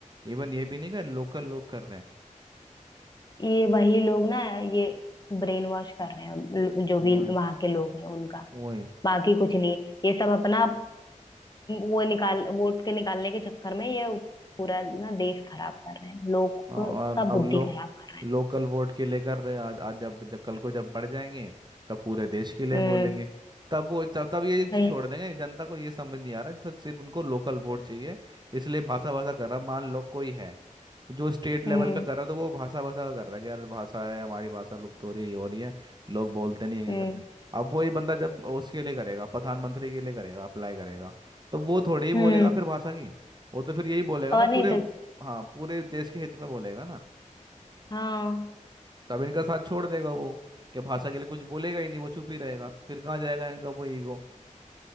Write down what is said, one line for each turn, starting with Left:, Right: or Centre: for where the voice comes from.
Right: इवन ये भी नहीं कर लोकल लोग कर रहे हैं
Left: ये वही लोग ना ये ब्रेन वॉश कर रहे हैं जो भी
Right: ओए
Left: वहां के लोग हैं उनका
Right: ओए
Left: बाकी कुछ नहीं ये सब अपना वो निकाल वोट के निकालने के चक्कर में ये पूरा ना देश खराब कर रहे हैं लोग
Right: और
Left: को- का
Right: अब
Left: बुद्धि
Right: लो
Left: खराब कर रहे
Right: लोकल वोट के लिए कर रहे हैं आज आज जब जब कल को जब बढ़ जाएंगे तब पूरे देश के लिए
Left: हैं
Right: बोलेंगे
Left: हम्म
Right: तब वो तब तब ये चीज़
Left: वही।
Right: छोड़ देंगे जनता को ये समझ नहीं आ रहा है सिर्फ उनको लोकल वोट चाहिए इसलिए भाषा भाषा कर रहा मान लो कोई है जो स्टेट लेवल
Left: हम्म
Right: पे कर रहा है तो वो भाषा भाषा का कर रहा है कि यार भाषा है हमारी भाषा लुप्त हो रही है ये हो रही है लोग बोलते नहीं है ये
Left: हम्म
Right: नहीं करते अब वही बंदा जब उसके लिए करेगा प्रधानमंत्री के लिए करेगा अप्लाई करेगा तो वो थोड़े ही बोलेगा
Left: हम्म
Right: फिर भाषा की वो तो फिर यही बोलेगा
Left: और
Right: ना पूरे
Left: नहीं तो
Right: हाँ पूरे देश के हित में बोलेगा ना
Left: हाँ
Right: तब इनका साथ छोड़ देगा वो क्या भाषा के लिए कुछ बोलेगा ही नहीं वो चुप ही रहेगा फिर कहाँ जाएगा इनका वो ईगो